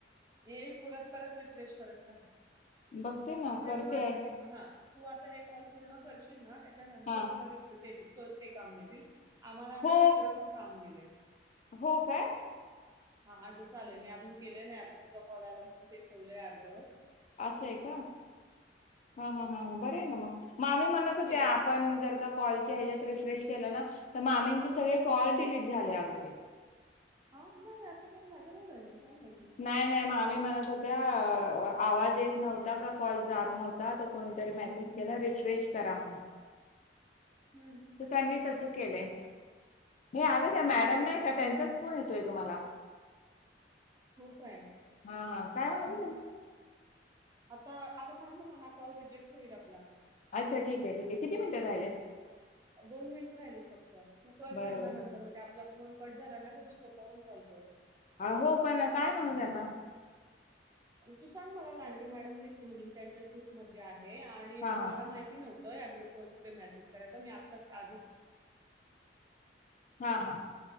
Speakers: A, on the right; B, on the left.
A: येईल पुरत परत रिफ्रेश करत राहा
B: बघते ना करते
A: प
B: आहे.
A: तू आ कल पूर्ण करशील न अंतर
B: हां.
A: फुलरिकते दि ते काम देतील आम्हाला आता
B: हो
A: तिसरं पण काम दिले
B: हो काय
A: हा आजच चालय मी अजून केले नाही आता तुझा कॉल आला म्हणून ते ठेवलंय अर्धवट
B: असंय का हा हा हा बर आहे ना मग मामी म्हणत होते
A: चेक
B: आपण जर का कॉल हत्रेश के मामीं सगळे कॉल डलीट झाले अग
A: हा नाही असं पण माझं नाही झालं काय माहिती
B: नाही नाही मा म्हणत होत्या आवाज येत नव्हता का कॉल जात नव्हता कोणीतरी मेसेज केला रिफ्रेश करा म्हणून
A: हम्म.
B: तर त्यांनी तस केलंय हे आगच मॅडम
A: हो काय
B: नाही का त्यांच कोण येतोय ग मला
A: हो काय
B: हा हा काय म्ह ब त्यांना
A: तर आगोाम ना महा कॉ रिजेक््ह होईल आपला
B: अच्छा ठीक आहे ठीक आहे किती मिनटं राहिलेत
A: दोन मिनिट राहिलीत फक्त तू कर
B: बरोबर
A: त्यांना नंतर म्हणजे आपला फोन कट झाला ना ग तू स्वतःहून कॉल कर
B: हो पण काय म्हणू त्यांना
A: तू सांग मला लांडगे मॅडम म्हणजे मी त्यांच्याच ग्रुप मधले आहे हे आणि
B: हा
A: मला
B: हा
A: माहिती नव्हती या ग्रुप वर कुठे मेसेज करायच मी आताच आ
B: हा हा